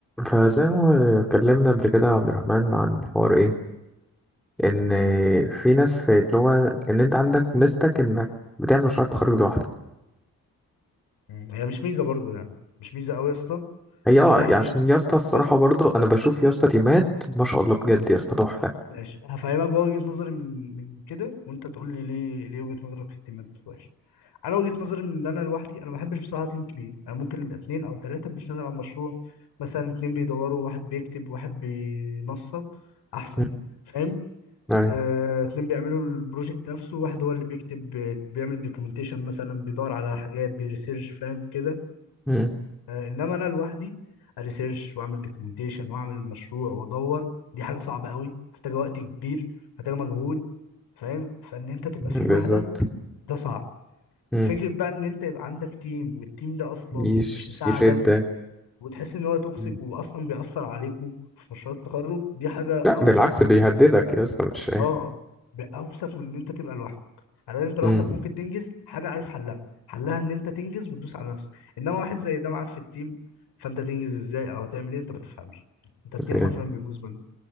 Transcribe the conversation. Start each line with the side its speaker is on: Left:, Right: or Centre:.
Centre: فزي ما اتكلمنا قبل كده يا عبد الرحمن عن حوار ايه ان في ناس في اللي هو ان انت عندك ميزتك انك بتعمل مشروع تخرج لوحدك
Left: مم. هي مش ميزه برضو يعني مش ميزه قوي يا اسطى
Centre: هي اه
Left: من ناحيه
Centre: يعني عشان
Left: ايه بقى
Centre: يا اسطى الصراحه
Left: بص
Centre: برضو انا بشوف يا اسطى تيمات ما شاء الله بجد يا اسطى تحفه
Left: ماشي هفهمك بقى وجهه نظري من من كده وانت تقول لي ليه ليه وجهه نظرك في التيمات وحشه انا وجهه نظري من ان انا لوحدي انا ما بحبش بصراحه تيم كبير انا ممكن نبقى اتنين او تلاته بنشتغل على المشروع مثلا اتنين بيدوروا واحد بيكتب واحد بينسق احسن
Centre: مم.
Left: فاهم
Centre: أيوة
Left: آه، اتنين بيعملوا البروجكت نفسه واحد هو اللي بيكتب بيعمل الدوكيومنتيشن مثلا بيدور على حاجات بيريسيرش فاهم كده
Centre: مم.
Left: آه، انما انا لوحدي اريسيرش واعمل دوكيومنتيشن واعمل مشروع وادور دي حاجه صعبه قوي محتاجه وقت كبير محتاجه مجهود فاهم فان انت تبقى
Centre: بالظبط
Left: فيه لوحدك ده صعب
Centre: مم.
Left: فكرة بقى ان انت يبقى عندك تيم والتيم ده اصلا
Centre: يش...
Left: مش مساعدك
Centre: يشدك
Left: وتحس ان هو توكسيك
Centre: مم.
Left: واصلا بيأثر عليكوا في مشروع التخرج دي حاجة اوسخ
Centre: لا بالعكس بيهددك يا اسطى مش ايه.
Left: اه باوسخ من ان انت تبقى لوحدك على ان انت لوحدك
Centre: مم.
Left: ممكن تنجز حاجه عارف حلها حلها ان انت تنجز وتدوس على نفسك انما واحد زي ده معاك في التيم فانت تنجز ازاي او هتعمل ايه انت ما تفهمش انت التيم
Centre: أيوة.
Left: حرفيا بيبوظ منك